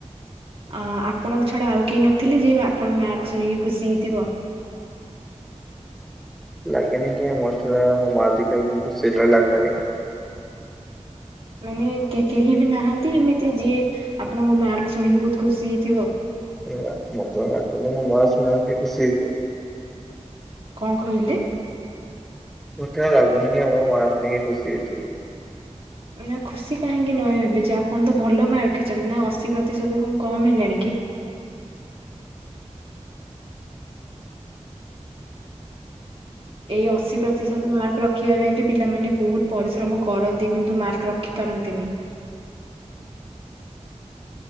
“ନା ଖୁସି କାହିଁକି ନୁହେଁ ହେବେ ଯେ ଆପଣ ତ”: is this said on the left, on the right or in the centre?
Right